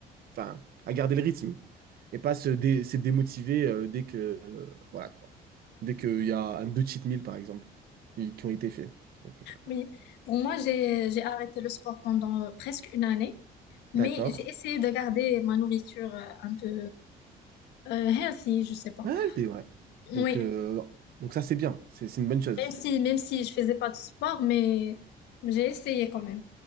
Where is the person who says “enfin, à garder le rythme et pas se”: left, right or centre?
Right